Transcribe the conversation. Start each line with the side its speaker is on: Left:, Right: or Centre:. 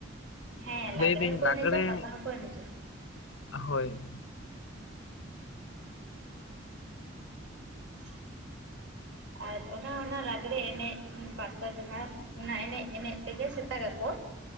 Right: ᱦᱮᱸ ᱞᱟᱜᱽᱬᱮ
Left: ᱞᱟᱹᱭᱫᱟᱹᱧ
Right: ᱦᱚᱸᱠᱚ
Left: ᱞᱟᱜᱽᱲᱮ
Right: ᱮᱱᱮᱡᱟ ᱯᱟᱛᱟ ᱦᱚᱸ ᱠᱚ ᱮᱱᱤᱡᱟ᱾
Left: ᱦᱳᱭ
Right: <unintelligible> ᱟᱨ ᱚᱱᱟ ᱚᱱᱟ ᱞᱟᱜᱽᱲᱮ ᱮᱱᱮᱡ ᱯᱟᱛᱟ ᱡᱟᱦᱟᱸ ᱚᱱᱟ ᱮᱱᱮᱡ ᱮᱱᱮᱡ ᱛᱮᱜᱮ ᱥᱮᱛᱟᱟᱜ ᱟᱠᱚ᱾